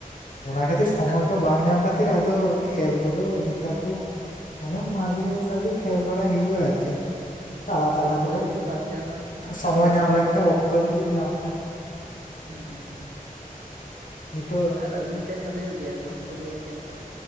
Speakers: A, on the left; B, on the right.
A: ᱚᱱᱟ
B: ᱦᱮᱸ
A: ᱠᱷᱟᱹᱛᱤᱨ ᱥᱚᱢᱚᱭ
B: ᱟᱨ
A: ᱠᱚ ᱵᱟᱝ ᱧᱟᱢ ᱠᱟᱛᱮ ᱠᱷᱟᱹᱛᱤᱨ ᱟᱫᱚ ᱠᱷᱮᱞ ᱠᱚᱫᱚ ᱱᱮᱛᱟᱨ ᱫᱚ ᱚᱱᱮ ᱢᱟᱡᱷᱮ ᱥᱟᱡᱷᱮ ᱠᱷᱮᱞ ᱵᱟᱲᱟ ᱦᱩᱭᱩᱜᱼᱟ ᱟᱨ ᱪᱮᱫ ᱛᱟᱞᱟ ᱛᱟᱞᱟ
B: ᱚᱠᱛᱚ
A: ᱠᱚᱨᱮ
B: ᱡᱩᱫᱤ ᱵᱟᱢ ᱧᱟᱢᱟ
A: ᱥᱚᱢᱚᱭ
B: ᱪᱤᱠᱟᱹᱛᱮᱢ
A: ᱧᱟᱢ ᱞᱮᱱᱠᱷᱟᱱ
B: ᱠᱷᱮᱞᱟ
A: ᱚᱠᱛᱚ ᱡᱩᱫᱤ ᱧᱟᱢ ᱠᱷᱟᱱ᱾
B: ᱦᱩᱸ᱾
A: ᱱᱤᱛᱚᱜ
B: ᱟᱨ ᱟᱹᱵᱤᱱ ᱥᱮᱫ ᱫᱚ ᱦᱩᱭᱩᱜ ᱜᱮᱭᱟ ᱥᱮ ᱵᱟᱝ ᱯᱷᱩᱴᱵᱚᱞ ᱠᱷᱮᱞ ᱠᱚ?